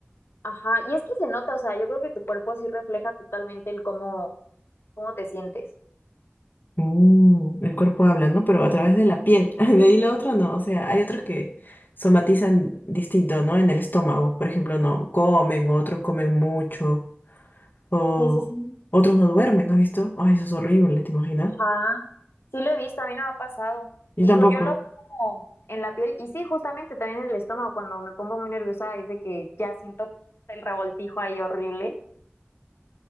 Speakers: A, on the left; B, on the left.
A: Ajá, y es que se nota, o sea, yo creo que tu cuerpo sí refleja totalmente el cómo, cómo te sientes.
B: Mm, el cuerpo habla, ¿no? Pero a través de la piel. <laughs> De ahí lo otro no. O sea, hay otros que somatizan distinto, ¿no? En el estómago. Por ejemplo, no comen, otros comen mucho. O
A: Sí, sí, sí.
B: otros no duermen, ¿no ¿has visto? Ay, eso es horrible, ¿te imaginas?
A: Ajá. Sí lo he visto, a mí no me ha pasado.
B: Yo
A: Te
B: tampoco,
A: digo, yo lo veo como en la piel y sí, justamente también en el estómago cuando me pongo muy nerviosa es de que ya siento el revoltijo ahí horrible